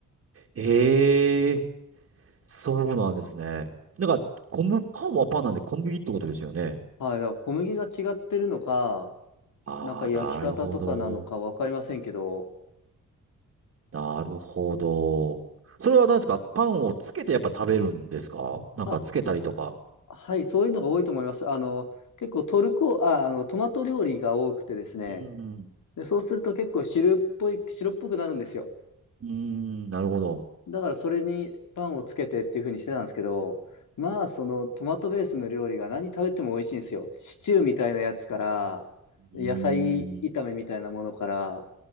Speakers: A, on the right (about 45°); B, on the left (about 70°).
A: い。ええそうなんですね。なんか、小麦、パンはパンなんで小麦ってことですよね。
B: はい、だから小麦が違ってるのか、
A: ああ、
B: なんか焼き方とかなのかわかりませんけど、
A: なるほど。なるほど。それは何ですかパンをつけてやっぱ食べるんですかなんかつけたりとか。
B: あ、はい、そういうのが多いと思います。あの、結構トルコ、あ、あの、トマト料理が多くてですね、
A: うん。
B: で、そうすると結構汁っぽい、白っぽくなるんですよ。
A: うーん、なるほど。
B: だからそれにパンをつけてっていう風にしてたんですけど、まあそのトマトベースの料理が何食べても美味しいんですよ。シチューみたいなやつから、
A: うーん。
B: 野菜炒めみたいなものから、